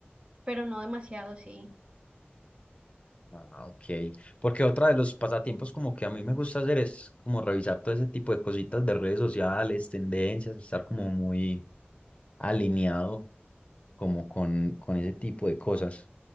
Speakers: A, on the right; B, on the left.
A: pero no demasiado, sí.
B: Ah, ok. Porque otra de los pasatiempos como que a mí me gusta hacer es como revisar todo ese tipo de cositas de redes sociales, tendencias, estar como muy alineado como con, con ese tipo de cosas.